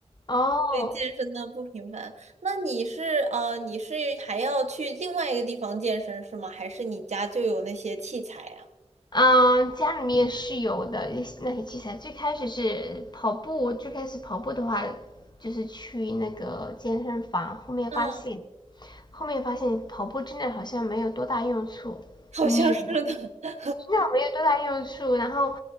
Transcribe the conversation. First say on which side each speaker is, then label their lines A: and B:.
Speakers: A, on the left; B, on the right.
A: 哦，
B: 对健身的不频繁。那你是呃，你是还要去另外一个地方健身是吗？还是你家就有那些器材呀？
A: 嗯，家里面是有的一些那些器材。最开始是跑步，最开始跑步的话，就是去那个健身房。后面发现，
B: 嗯，
A: 后面发现跑步真的好像没有多大用处，
B: 好像是的。
A: 你真的没有多大用处。然后